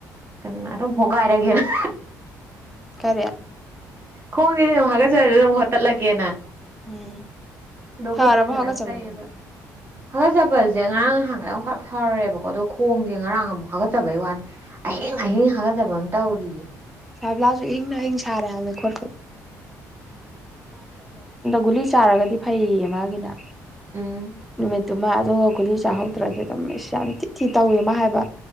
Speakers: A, on the right (about 30°); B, in the centre.
A: ꯀꯩꯅ ꯑꯗꯨꯝ ꯍꯣꯒꯥꯏꯔꯒꯦꯅ
B: ꯀꯦ
A: ꯈꯣꯡꯗꯤꯦꯗꯤ ꯅ ꯍꯥꯒꯠꯆꯔꯗꯤ ꯑꯃꯨꯛꯣꯠꯇꯠꯂꯒꯦꯅ
B: ꯎꯝ ꯐꯔꯕ
A: ꯈꯠ ꯈꯔꯪ
B: ꯍꯥꯒꯠꯆꯕ
A: ꯇꯥꯏꯌꯦꯕ ꯍꯥꯀꯠꯆꯕꯁꯦ ꯉꯔꯥꯡ ꯅꯍꯥꯟꯒꯨ ꯈꯔ ꯐꯔꯦꯕꯀꯣ ꯑꯗꯣ ꯈꯣꯡꯁꯦ ꯉꯔꯥꯡ ꯑꯃꯨꯛ ꯍꯥꯒꯠꯆꯕꯩ ꯋꯥꯅꯦ ꯑꯩ ꯍꯍꯌꯦ ꯍꯥꯒꯠꯗꯕ ꯑꯇꯧꯔꯤꯌꯦ
B: ꯁꯥꯕ꯭ꯂꯁꯨ ꯏꯪꯅ ꯑꯪ ꯁꯥꯔꯦ ꯍꯥꯏꯜꯦ ꯈꯣꯠ ꯒꯨꯂꯤ ꯆꯥꯔꯒꯗꯤ ꯐꯩꯌꯦ ꯃꯥꯒꯤꯅ
A: ꯎꯝ
B: ꯅꯨꯃꯤꯠꯇꯨꯃ ꯑꯗꯨꯒ ꯒꯨꯂꯤ ꯆꯥꯍꯧꯗ꯭ꯔꯗꯤ
A: ꯎꯝ
B: ꯑꯗꯨꯝ ꯏꯁ ꯌꯥꯝ ꯤ ꯊꯤ ꯇꯧꯋꯦ ꯃꯥ ꯍꯥꯏꯕ